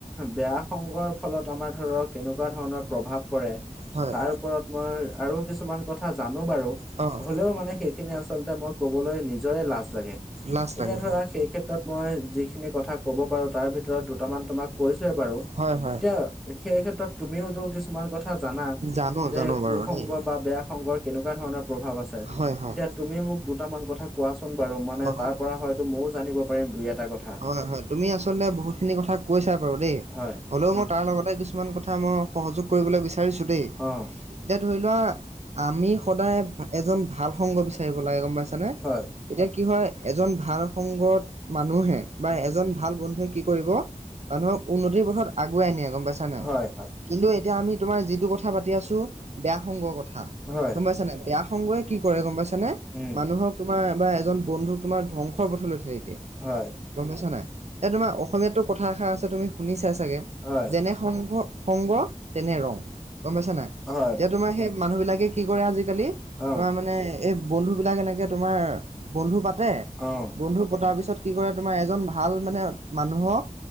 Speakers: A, in the centre; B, on the right.
A: বেয়া সংগৰ ফলত আমাৰ ধৰক কেনেকুৱা ধৰণৰ প্ৰভাৱ পৰে।
B: হয়
A: তাৰ ওপৰত মই আৰু কিছুমান কথা জানো বাৰু।
B: অ'।
A: হ'লেও মানে সেইখিনি আচলতে মই কবলৈ নিজৰে লাজ লাগে,
B: লাজ
A: তেতিয়া
B: লাগে
A: ধৰা এই ক্ষেত্ৰত মই যিখিনি কথা ক'ব পাৰোঁ তাৰ ভিতৰত দুটামান তোমাক কৈছোৱে বাৰু
B: হয় হয়
A: এতিয়া সেই ক্ষেত্ৰত তুমিওতো কিছুমান কথা জানা।
B: জানো
A: যে
B: জানো বাৰু
A: কুসংগ
B: দেই
A: বা বেয়া সংগৰ কেনেকুৱা ধৰণৰ প্ৰভাৱ আছে,
B: হয় হয়
A: এতিয়া তুমি মোক দুটামান কথা ক কোৱাচোন বাৰু মানে
B: অ
A: তাৰ পৰা হয়তো মইও জানিব পাৰিম দুই এটা কথা?
B: হয় হয় তুমি আচলতে বহুতখিনি কথা কৈছা দেই
A: হয়
B: হ'লেওঁ মই তাৰ লগতে কিছুমান কথা মই সহযোগ কৰিবলৈ বিচাৰিছোঁ দেই।
A: অ',
B: এতিয়া ধৰি লোৱা আমি সদায় এজন ভাল সংগ বিচাৰিব লাগে গম পাইছানে?
A: হয়।
B: এতিয়া কি হয় এজন ভাল সংগত মানুহে বা এজন ভাল বন্ধুৱে কি কৰিব। মানুহক উন্নতিৰ পথত আগুৱাই নিয়ে গম পাইছা নে নাই?
A: হয়, হয়,
B: কিন্তু এতিয়া আমি তোমাৰ যিটো কথা পাতি আছোঁ। বেয়া সংগ কথা,
A: হয়,
B: গম পাইছা নে নাই? বেয়া সংগয়ে কি কৰে গম পাইছানে?
A: উম,
B: মানুহক তোমাৰ এবাৰ এজন বন্ধুক তোমাৰ ধ্বংস পথলৈ ঠেলি দিয়ে।
A: হয়,
B: গম পাইছা নাই? এ তোমাৰ অসমীয়াতটো কথাষ থা আছে তুমি শুনি চাই চাগে,
A: হয়,
B: যেনে সংঘ, সংগ তেনে ৰং, গম পাইছা-নাই?
A: হয়,
B: এতিয়া তোমাৰ সেই মানুহ বিলাকে কি কৰে আজিকালি,
A: অ',
B: তোমাৰ মানে এব বন্ধুবিলাক এনেকে তোমাৰ বন্ধু পাতে,
A: অ',
B: বন্ধু পতাৰ পিছত কি কৰে তোমাৰ এজন ভাল মানে, মানুহক